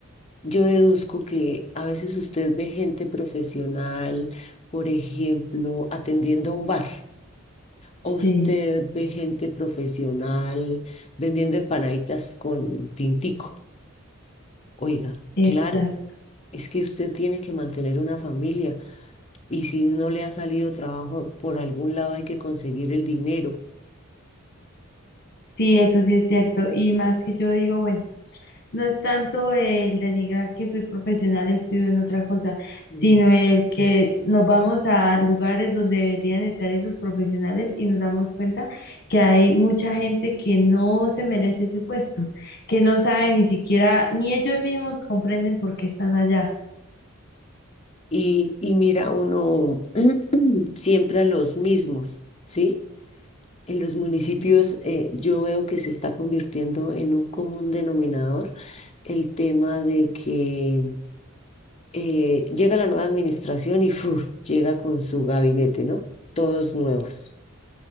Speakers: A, on the left; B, on the left.
A: Yo deduzco que a veces usted ve gente profesional, por ejemplo, atendiendo un bar, o
B: Sí,
A: usted ve gente profesional vendiendo empanaditas con tintico. Oiga,
B: exacto.
A: claro, es que usted tiene que mantener una familia y si no le ha salido trabajo, por algún lado hay que conseguir el dinero.
B: Sí, eso sí es cierto. Y más que yo digo, bueno. No es tanto el denigrar que soy profesional, estudio en otra cosa, sino
A: Mm.
B: el que nos vamos a lugares donde deberían estar esos profesionales y nos damos cuenta que hay mucha gente que no se merece ese puesto, que no sabe ni siquiera, ni ellos mismos comprenden por qué están allá.
A: Y, y mira uno <clears throat> siempre a los mismos, ¿sí? En los municipios
B: Sí.
A: eh, yo veo que se está convirtiendo en un común denominador el tema de que eh, llega la nueva administración y ¡fuf! llega con su gabinete, ¿no? Todos nuevos